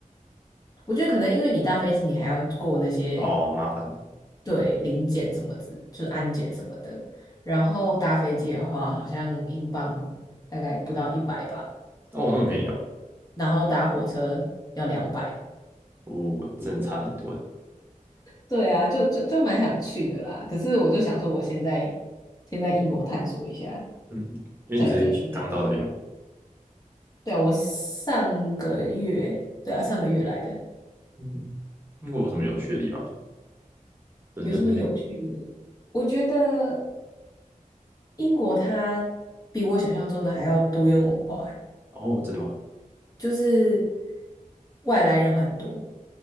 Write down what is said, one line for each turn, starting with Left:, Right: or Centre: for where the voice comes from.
Left: 我觉得可能因为你搭飞机，你还要过那些
Right: 哦，麻烦嘛。
Left: 对临检什么之，就是安检什么的，然后搭飞机的话，好像英镑大概不到一百吧。
Right: 哦，那么便宜哦，
Left: 然后搭火车要两百。
Right: 我、真的差挺多的。
Left: 对啊，就就就蛮想去的啦。可是我就想说，我现在先在英国探索一下，
Right: 嗯，因为你是刚到那边嘛。
Left: 再再去别的国家。对啊，我上个月，对啊，上个月来的，
Right: 嗯，英国有什么有趣的地方？伦敦那边？
Left: 有什么有趣的？我觉得英国它比我想象中的还要多元文化。
Right: 哦，真的吗？
Left: 就是外来人很多，